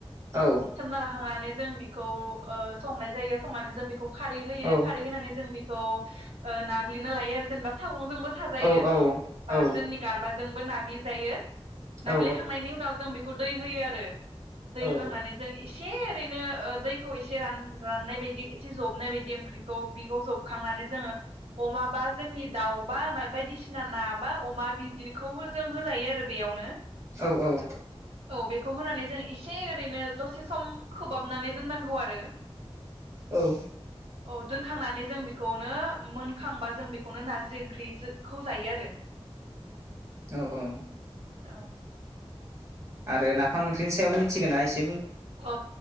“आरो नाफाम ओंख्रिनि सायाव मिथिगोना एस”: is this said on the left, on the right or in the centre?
Right